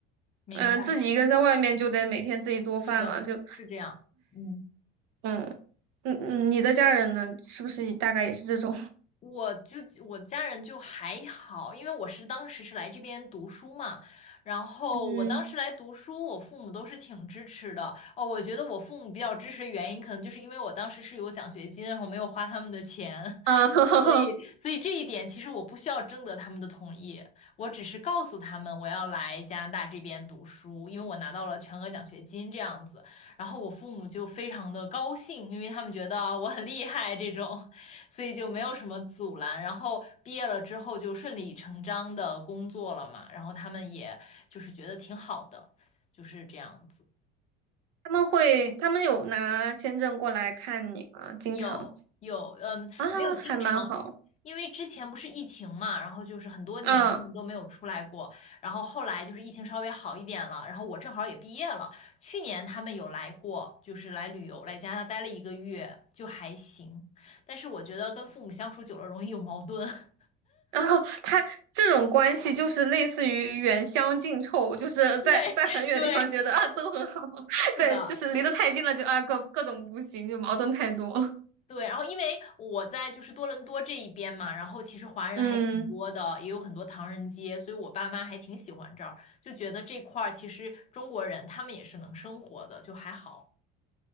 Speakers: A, on the left (about 30°); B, on the right (about 85°).
A: 明白，
B: 嗯、呃自己一个人在外面就得每天自己做饭了，
A: 是的，
B: 就
A: 是这样，嗯。
B: 嗯嗯嗯，你的家人呢，是不是大概也是这种？<laughs>
A: 我就我家人就还好，因为我是当时是来这边读书嘛，然后我当时来读书，
B: 嗯。
A: 我父母都是挺支持的。哦，我觉得我父母比较支持的原因，可能就是因为我当时是有奖学金，然后没有花他们的钱。
B: 啊，<laughs>
A: 所以，所以这一点其实我不需要征得他们的同意，我只是告诉他们我要来加拿大这边读书，因为我拿到了全额奖学金这样子。然后我父母就非常的高兴，因为他们觉得啊我很厉害这种，所以就没有什么阻拦。然后毕业了之后就顺理成章的工作了嘛，然后他们也就是觉得挺好的，就是这样子。
B: 他们会，他们有拿签证过来看你吗？经常
A: 有有，嗯，
B: 啊，
A: 没有经常，
B: 还蛮好
A: 因为之前不是疫情嘛，然后就是很多年他们都没有出来过，
B: 啊。
A: 然后后来就是疫情稍微好一点了，然后我正好也毕业了，去年他们有来过，就是来旅游，来加拿大待了一个月，就还行，但是我觉得跟父母相处久了容易有矛盾。
B: 然后他这种关系就是类似于远香近臭，就是在在很远的地方觉得啊都很好，
A: <laughs> 对对，
B: <laughs>
A: 是的。
B: 对，就是离得太近了就啊各各种不行，就矛盾太多了。
A: 对，然后因为我在就是多伦多这一边嘛，然后其实华人还挺多的，
B: 嗯。
A: 也有很多唐人街，所以我爸妈还挺喜欢这儿，就觉得这块儿其实中国人他们也是能生活的，就还好。